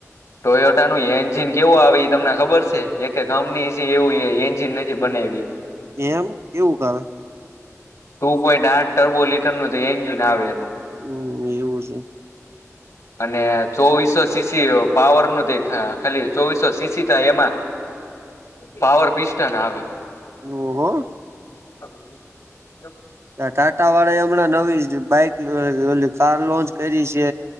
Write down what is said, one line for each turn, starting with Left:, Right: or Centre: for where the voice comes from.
Left: ટોયટાનું એન્જિન કેવુ આવે ઈ તમને ખબર શે. એકે કંપનીએ ઝી એવુ એ-એન્જિન નથી બનાવ્યું.
Right: એમ, કેવુંક આવે?
Left: ટુ પોઈન્ટ આઠ ટરબો લીટરનું તો એન્જિન આવે એનું.
Right: હમ, એવું છે.
Left: અને ચોવીસો સી સી પાવરનું તે ખા-ખાલી ચોવીસો સી સી થાય એમાં પાવર પિસ્ટાન આવે
Right: ઓહો
Left: <inaudible>
Right: ટાટા વાળા એ હમણાં નવી બાઈક કાર લોન્ચ કરી છે